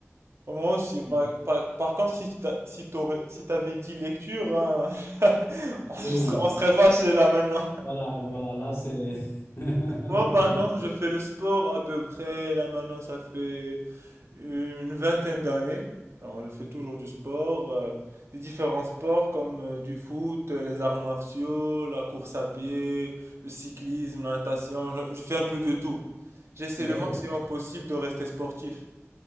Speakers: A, on the right; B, on the left.
A: Bon, Moi aussi.
B: C'est-
A: Par, par- par contre, si t'as- si t'aurais- si t'avais dit lecture, hein, <laughs> on serait,
B: Oui,
A: on serait fâchés là maintenant.
B: voilà, voilà, là c'est. <laughs>
A: Moi, par contre, je fais le sport à peu près, là maintenant, ça fait une vingtaine d'années. Alors, je fais toujours du sport, euh, des différents sports comme euh, du foot, euh, les arts martiaux, la course à pied, le cyclisme, la natation. Je, je fais un peu de tout. J'essaie
B: D'accord.
A: le maximum possible de rester sportif.